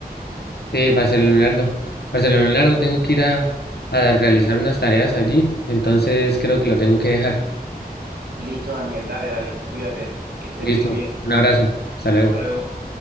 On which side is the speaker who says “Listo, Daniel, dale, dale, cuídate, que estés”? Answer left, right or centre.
Right